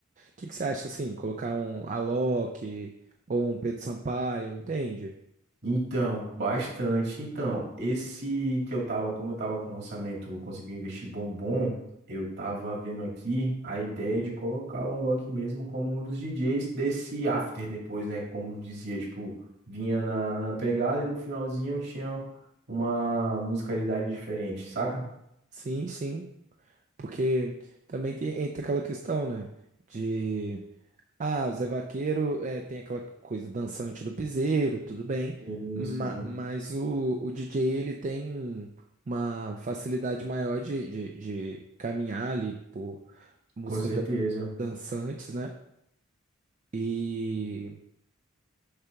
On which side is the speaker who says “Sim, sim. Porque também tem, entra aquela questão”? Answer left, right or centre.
Right